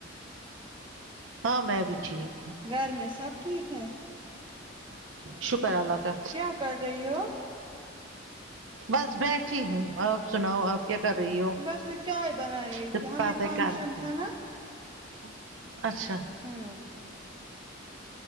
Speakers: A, on the right; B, on the right.
A: ہاں میں بھی ٹھیک
B: گھر میں سب ٹھیک ہے
A: شکر اللہ کا
B: کیا کر رہی ہو
A: بس بیٹھ ہوں آپ سناؤ آپ کیا کر رہی ہو
B: بس میں چائے بنا رہی
A: جب
B: تھی ہمیں
A: باتیں
B: فنکشن
A: کر رکھتی
B: تھا نا
A: <unintelligible> اچھا
B: ہوں